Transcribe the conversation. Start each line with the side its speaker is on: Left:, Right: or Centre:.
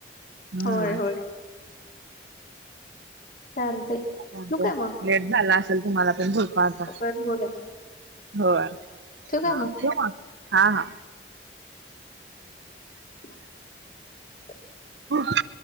Right: हम्म.
Left: होय होय चालते. ठेवू
Right: चालतंय
Left: काय मग
Right: लेट झाला असेल तुम्हाला पण झोपा आ ता
Left: होय होय
Right: होय ठेवू
Left: काय मग
Right: म हा हा.
Left: <unintelligible>
Right: हो.